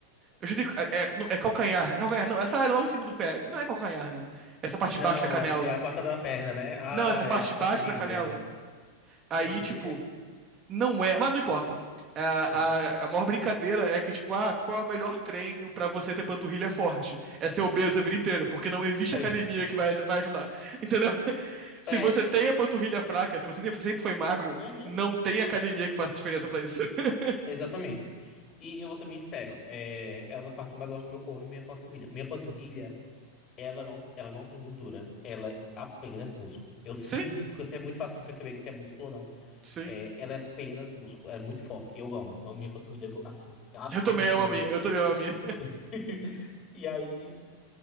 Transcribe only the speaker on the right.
Eu já sei, é, é, não, é calcanhar, é calcanhar, não, essa área logo em cima do pé, não é calcanhar, né? Essa parte
de baixo da canela.
Não, essa parte
de baixo da canela. Aí,
tipo, Não é, mas não importa. A,
a, a maior brincadeira é que, tipo, ah, qual é o melhor treino pra você ter panturrilha forte? É ser obeso a vida inteira, porque não existe
academia que vai, vai ajudar. Entendeu? <laughs> Se
você tem a panturrilha fraca, se você sempre sempre foi magro,
não tem academia que faça diferença pra isso. <laughs>
Sim,
sim.
Eu
também
amo
a
minha, eu também
amo a minha. <laughs>